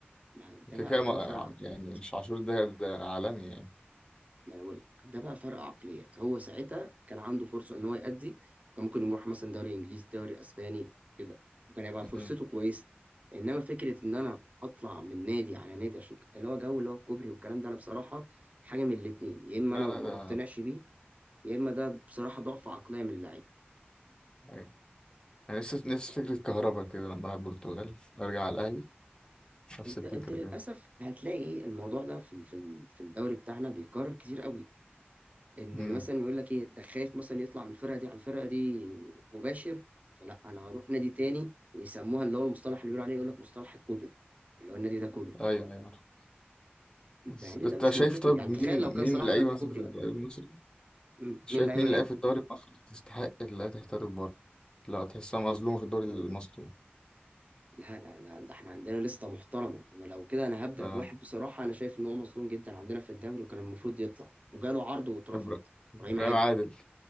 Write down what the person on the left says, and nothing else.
وكده
كده
ما-
يعني مش عاشور ده ده عالمي يعني
مم.
لا
لا
ده
أيوة. يعني نفس نفس
فكرة كهربا كده لما ألعب البرتغال أرجع على الأهلي نفس
الفكرة
كده
مم.
أيوه أيوه عارف.
بس
أنت
شايف
طب
مين
مين
لعيبة
مثلا
في الدوري
المصري
شايف
مين
لعيبة في الدوري المصري تستحق اللي هي تحترف بره لا تحسها مظلومة في الدوري المصري
آه.
إبرا- إبراهيم
عادل